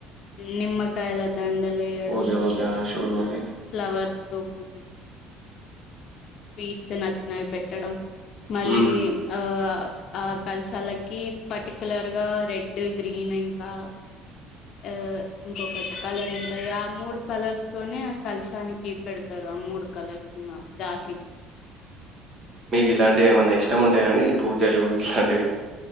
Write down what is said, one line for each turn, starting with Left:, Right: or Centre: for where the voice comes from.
Left: నిమ్మకాయల దాండల ఏయడం.
Right: ఓకే. ఓకే. ఆ! Sure okay.
Left: ఫ్లవర్స్ తో పూజించ్, స్వీట్స్ నచ్చినవి పెట్టడం. మళ్ళీ
Right: హ్మ్.
Left: ఆ ఆ కలశాలకి పర్టికులర్ గా రెడ్ గ్రీన్ ఇంకా, ఆ ఇంకొకటి కలర్ ఉంటాది. ఆ మూడు కలర్స్ తోనే, కలిశానికి పెడతారు ఆ మూడు కలర్స్ ఉన్నా జాకెట్ స్
Right: ఇలాంటివి ఏమన్నా ఇష్టం ఉంటాయా అండి. ఈ పూజలు ఇట్లాంటివి.